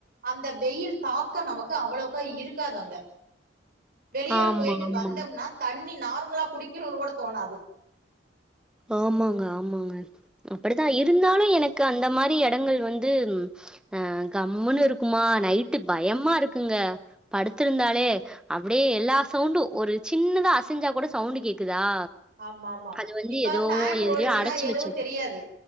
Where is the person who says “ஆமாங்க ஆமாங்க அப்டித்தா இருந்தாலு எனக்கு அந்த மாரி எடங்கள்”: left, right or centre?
Centre